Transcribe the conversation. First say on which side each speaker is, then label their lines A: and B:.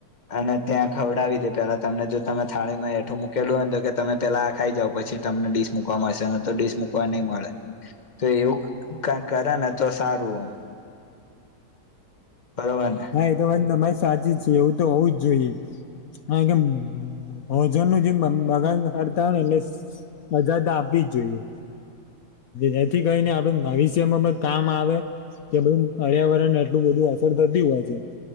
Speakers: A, on the left; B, on the left.
A: અને ત્યાં ખવડાવી દે પેલા તમને જો તમે થાળીમાં એઠું મુ કેલું તો કે તમે પેલા આ ખાઈ જાવ પછી તમને ડીશ મૂકવા મળશેને તો ડીશ મૂકવા નહી મળે. તો એવું ક-કરે ને તો સારું. બરોબર ને
B: હા એ તો વાત તમારી સાચી જ છે, એવું તો હોવું જ જોઈએ હા કેમ ભોજન નું જે બગાડ કરતા હોય એને સજા આપી જ જોઈએ. જેથી કરીને આપડે ભવિષ્યમાં પણ કામ આવે. કે બધું પર્યાવરણને એટલું બધું અસર થતી હોય છે